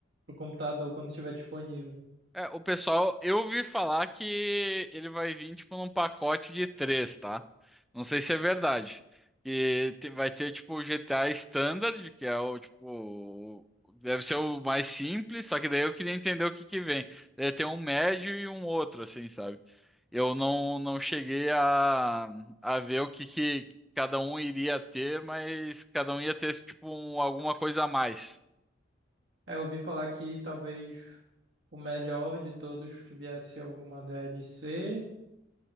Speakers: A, on the right (about 65°); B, in the centre.
A: pro computador quando estiver disponível.
B: É, o pessoal, eu ouvi falar que ele vai vir tipo num pacote de três, tá? Não sei se é verdade. E te- vai ter tipo o GTA Standard, que é o tipo, o- deve ser o mais simples, só que daí eu queria entender o que que vem. Deve ter um médio e um outro, assim, sabe? Eu não, não cheguei a, a ver o que que cada um iria ter, mas cada um ia ter tipo um- alguma coisa a mais.
A: É, eu ouvi falar que talvez o melhor de todos viesse alguma DLC